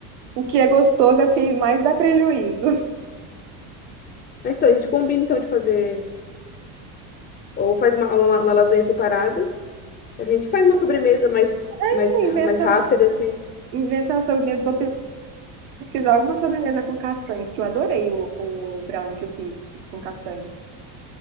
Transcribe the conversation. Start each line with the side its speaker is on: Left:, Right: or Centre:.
Right: O que é gostoso é o que mais dá prejuízo.
Left: Mas então, a gente combina então de fazer. Ou faz uma, uma, uma lasanha separada. A gente faz uma sobremesa mais,
Right: <laughs>
Left: mais,
Right: Inventa,
Left: mais rápida, assim.
Right: inventa uma sobremesa. Vou pesquisar alguma sobremesa com castanha, porque eu adorei o, o brownie que eu fiz com castanha.